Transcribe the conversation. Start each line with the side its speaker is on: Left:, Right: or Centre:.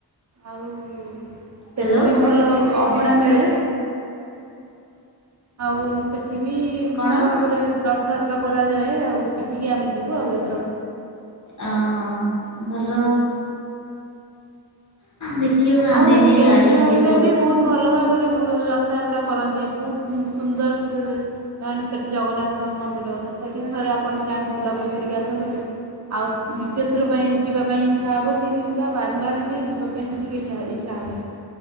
Right: ଆଉ
Left: ହ୍ୟାଲୋ
Right: ସେଠ ବି ଭଲ ଅଭଡ଼ା ମିଳେ। ଆଉ ସେଠି ବି
Left: କଣ
Right: ଭଲ ଭାବରେ ତ୍ର ରଥଯାତ୍ରା କରାଯାଏ ଆଉ ସେଠିକି ଆମେ ଯିବୁ ଆଉ ଏଥର।
Left: ଆଁ ହଃ ଭଲ। ଦେଖିବୁ ଆମେ
Right: ଆଉ
Left: ବି
Right: କେଉଁଝରରେ
Left: ଗାଁରେ ହିଁ ଯିବୁ ଆଉ
Right: ବି ବହୁତ ଭଲ ଭାବରେ ବୁ ରଥଯାତ୍ରା କରନ୍ତି ବହୁତ ସୁନ୍ଦର ସେ ନ ସେଠି ଜଗନ୍ନାଥ ମନ୍ଦିର ଅଛି ସେଠି ଥରେ ଆପଣ ଯାଆନ୍ତୁ ବୁଲାବୁଲି କରିକି ଆସନ୍ତୁ। ଆଉ ଦ୍ୱିତୀୟ ଥର ପାଇଁ ଯିବା ପାଇଁ ଇଚ୍ଛା ହବ କିମ୍ବା ବାରମ୍ବାର ଟି ଯିବା ପାଇଁ ସେଠିକି ଇଚ୍ଛା ଇଚ୍ଛା ହବ।